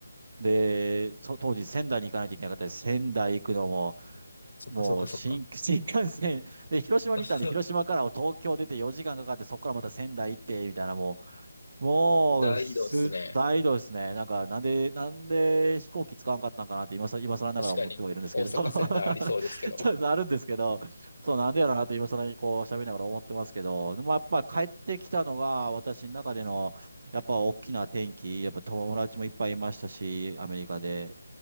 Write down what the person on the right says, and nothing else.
で、そ当時仙台に行かないといけなかったです。仙台行くのも、
もう新、<laughs> 新幹線、で、広島にいたんで、
広島から東京出て4時間かかって、そこからまた仙台行って、みたいな、もう、もう、
す、大移動ですね。なんか、なんで、なんで飛行機使わんかったんかなって今さ、今更ながら思ってはいるんですけど。
<laughs> あるんですけど、そう、なんでやろうなと今更にこう喋りながら思ってますけど、でもやっぱ帰ってきたのが私の中での、やっぱ大きな転機、やっぱ友達もいっぱいいましたし、アメリカで。